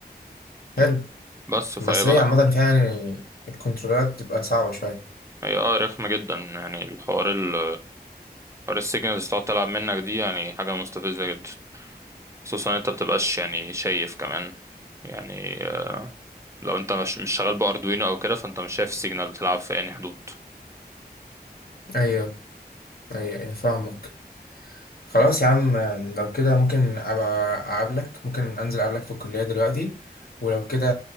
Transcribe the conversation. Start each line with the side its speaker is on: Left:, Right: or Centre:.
Left: حلو
Right: بس فهي
Left: بس
Right: بقى
Left: هي عامة فعلا الكنترولات بتبقى صعبة شوية
Right: هي اه رخمة جدا يعني الحوار ال حوار السيجنالز تقعد تلعب منك دي يعني حاجة مستفزة جدا خصوصا انت بتبقاش يعني شايف كمان يعني لو انت مش مش شغال باردوينو او كده فانت مش شايف السيجنال بتلعب في انهي حدود
Left: ايوه ايوه ايوه فاهمك خلاص يا عم لو كده ممكن ابقى اقابلك ممكن انزل اقابلك في الكلية دلوقتي ولو كده